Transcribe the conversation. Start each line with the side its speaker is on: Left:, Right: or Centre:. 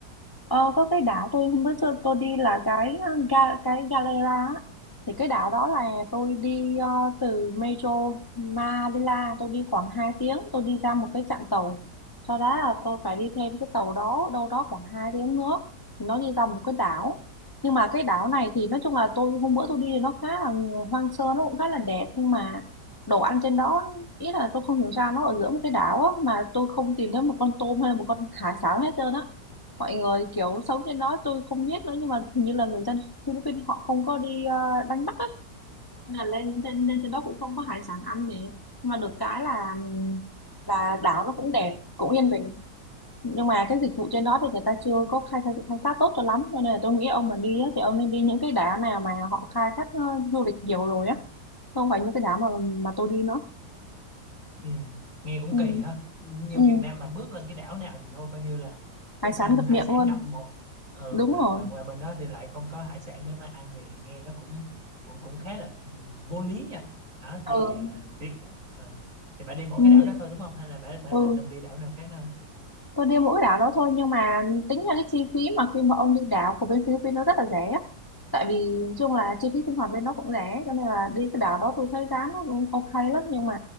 Left: Ờ, có cái đảo tôi không biết tôi, tôi đi là cái ờ, ga, cái Galera á. thì cái đảo đó là tôi đi ờ, từ Metro Manila tôi đi khoảng hai tiếng tôi đi ra một cái trạm tàu sau đó là tôi phải đi thêm cái tàu đó đâu đó khoảng 2 tiếng nữa thì nó đi ra một cái đảo nhưng mà cái đảo này thì nói chung là tôi hôm bữa tôi đi thì nó khá là hoang sơ nó cũng khá là đẹp nhưng mà đồ ăn trên đó ý là tôi không hiểu sao nó ở giữa một cái đảo á mà tôi không tìm thấy một con tôm hay là một con hải sản hết trơn á mọi người kiểu sống trên đó tôi không biết nữa nhưng mà hình như là người dân Philippines họ không có đi ờ, đánh bắt ấy Nên là lên lên lên trên đó cũng không có hải sản ăn này nhưng mà được cái là là đảo nó cũng đẹp cũng yên bình nhưng mà cái dịch vụ trên đó thì người ta chưa có khai thác khai thác tốt cho lắm cho nên là tôi nghĩ ông mà đi á, thì ông nên đi những cái đảo nào mà họ khai thác ờ, du lịch nhiều rồi á không phải những cái đảo mà mà tôi đi nữa
Right: Ừ, nghe cũng
Left: ừ.
Right: kỳ ha như
Left: Ừ.
Right: Việt Nam mà bước lên cái đảo nào thì thôi coi như là cũng
Left: hải
Right: ăn
Left: sản ngập
Right: hải
Left: miệng
Right: sản
Left: luôn
Right: ngập một ừ
Left: đúng
Right: mà
Left: rồi
Right: mà qua bên đó thì lại không có hải sản để mà ăn thì nghe nó cũng cũng cũng khá là ừ, vô lý nha đó thì
Left: ừ.
Right: ờ, thì ờ, thì bạn đi mỗi
Left: ừ.
Right: cái đảo đó thôi đúng không hay là bạn bạn,
Left: ừ.
Right: bạn từng đi đảo nào khác nữa không
Left: tôi đi mỗi đảo đó thôi nhưng mà tính ra cái chi phí mà khi mà ông đi đảo của bên Philippines nó rất là rẻ á. tại vì nói chung là chi phí sinh hoạt bên nó cũng rẻ cho nên là đi cái đảo đó tôi thấy giá nó cũng ok lắm nhưng mà